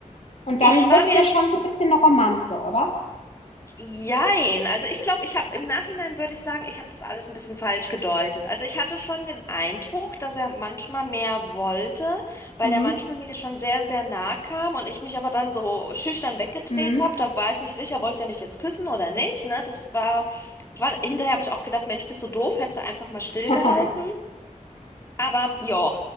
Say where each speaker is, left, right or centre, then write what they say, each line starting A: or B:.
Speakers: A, on the left; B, on the left.
A: Und
B: ich
A: dann wurde
B: war
A: es
B: mir
A: ja schon so ein bisschen eine Romanze, oder?
B: Jein, also ich glaube, ich habe im Nachhinein würde ich sagen, ich habe das alles ein bisschen falsch gedeutet. Also ich hatte schon den Eindruck, dass er manchmal mehr wollte, weil
A: Mhm.
B: er manchmal mir schon sehr, sehr nah kam und ich mich aber dann so schüchtern weggedreht
A: Mhm.
B: habe. Da war ich nicht sicher, wollte er mich jetzt küssen oder nicht, ne? Das war, war hinterher habe ich auch gedacht, Mensch, bist du doof, hättest du einfach mal stillgehalten.
A: <laughs>
B: Aber ja.